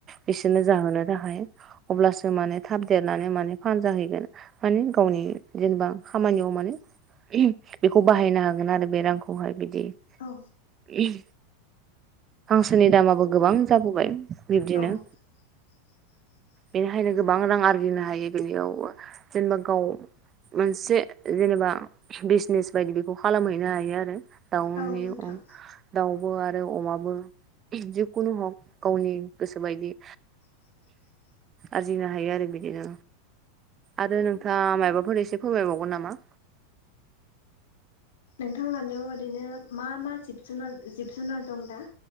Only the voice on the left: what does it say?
औ
औ <inaudible>
औ नोंथां
<inaudible>
नोंथां लानायाव ओरैनो मा मा जिब जुनार जिब जुनार दं दा